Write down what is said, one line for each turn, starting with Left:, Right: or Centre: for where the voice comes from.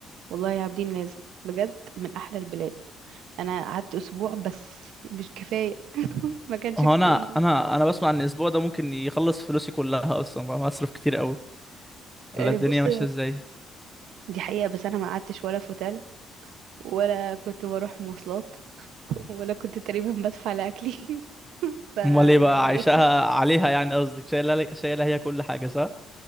Right: والله يا عابدين لازم بجد من احلى البلاد انا قعدت اسبوع بس مش كفايه <laughs> ما كانش
Centre: هو
Right: كفايه
Centre: انا انا انا بسمع ان الاسبوع ده ممكن يخلص فلوسي كلها اصلا بقى مصرف كتير قوي ولا
Right: آه،
Centre: الدنيا
Right: بص
Centre: ماشية ازاي
Right: دي حقيقه بس انا ما قعدتش ولا في اوتيل ولا كنت بروح مواصلات <laughs> ولا كنت تقريبا بدفع لاكلي <laughs> فيعني
Centre: امال ايه بقى عايشاها
Right: ايه
Centre: عليها يعني قصدك شايلة شايلة هي كل حاجة صح